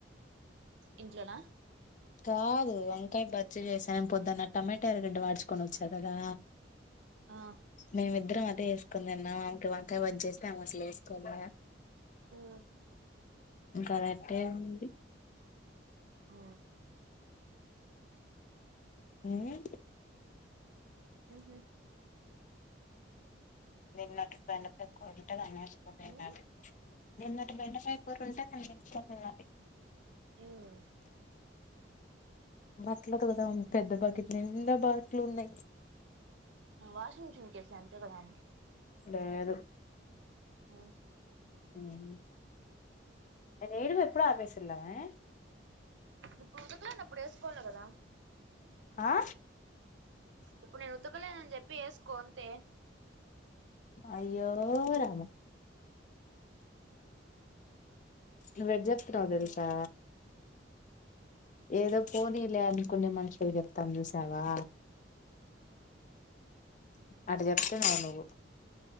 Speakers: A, on the right; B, on the left.
A: ఇంట్లోనా
B: కాదు వంకాయ బజ్జి చేసానం పొద్దున్న టమాటా ఎరగడ్డ వాడుచుకొని వచ్చా కదా
A: ఆ
B: మేమిద్దరం అద వేసుకుంద అన్న ఆమెకి వంకాయ బజ్జి వేస్తే అమె అసలు వేసుకోదు
A: ఉమ్
B: ఇంకా రెటే ఏ ఉంది
A: హ
B: ఉమ్
A: హు హు
B: నిన్నా అటు బెండకాయ కూర ఉండే న్సుకుంట
A: మ్మ్
B: తినది నిన్నటి బెండకాయ కూర ఉంటే తినిపించ తినాలి
A: మ్మ్
B: బట్ల కదా పెద్దబకిట్ ఎండ బట్టలు ఉన్నాయి
A: ఆ వాషింగ్ మెషీన్ కేదం పెడదాం
B: లేదు
A: ఉమ్
B: ఉమ్ ఎ ఏడుపు ఎప్పుడ ఆపేసిందమే
A: ఇప్పుడు ఉతకలేనప్పుడు ఏసుకోవాలి కదా
B: ఆ
A: ఇప్పుడు నేను ఉతకలేనని చెప్పి ఏసుకో అంతే
B: అయ్యో రామ నువు ఎట్లా చెప్తున్నావ్
A: మ్మ్
B: తెల్సా ఏదో పోనీలే అనుకునే మనుషులు చెప్తాం చూసావా అటు చెప్తున్నావు నువ్వు